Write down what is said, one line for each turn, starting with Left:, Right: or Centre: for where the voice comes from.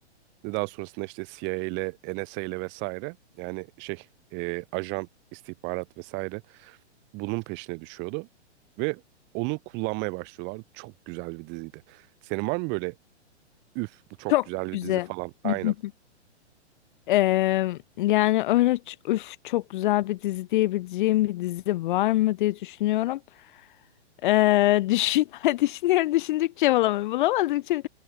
Right: Ve Daha sonrasında işte CIA ile NSA ile vesaire yani şey e, ajan istihbarat vesaire bunun peşine düşüyordu ve onu kullanmaya başlıyorlardı. Çok güzel bir diziydi. Senin var mı böyle üf bu çok
Left: Çok
Right: güzel bir
Left: güzel.
Right: dizi falan? Aynen.
Left: Hı hı. Ee, yani öyle ç- üf, çok güzel bir dizi diyebileceğim bir dizi var mı diye düşünüyorum. Ee, düşün, <laughs> düşünüyorum düşündükçe bulamıyorum. Bulamadıkça.